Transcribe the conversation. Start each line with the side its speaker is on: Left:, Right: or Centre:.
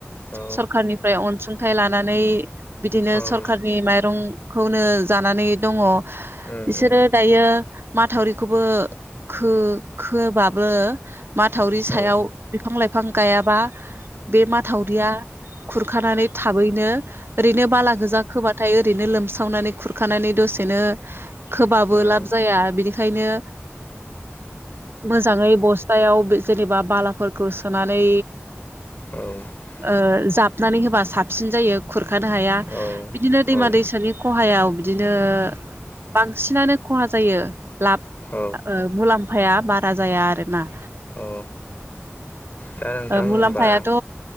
Left: औ
Right: सरखारनिफ्राय अनसुंथाइ लानानै बिदिनो
Left: औ
Right: सरखारनि माइरंखौनो जानानै दङ।
Left: उम
Right: इसोरो
Left: उम
Right: दायो माथावरिखौबो खो-खोबाबो माथावरि
Left: औ
Right: सायाव
Left: उम
Right: बिफां लाइफां गायाबा बे माथावरिया खुरखानानै थाबैनो ओरैनो बाला गोजा खोबाथाय ओरैनो लोमसावनानै खुरखानानै दसे बिदिनो खोबाबो
Left: उम
Right: लाब
Left: औ
Right: जाया बिनिखायनो मोजाङै बस्थायाव जेनेबा बालाफोरखौ सोनानै
Left: औ
Right: ओ जाबनानै होबा साबसिन जायो खुरखानो हाया
Left: औ
Right: बिदिनो दैमा
Left: उम
Right: दैसानि खहायाव बिदिनो बांसिनानो खहा जायो लाब
Left: औ
Right: ओ मुलाम्फाया बारा जाया आरोना
Left: औ दा नोंथां
Right: ओ मुलाम्फायाथ'
Left: होमबा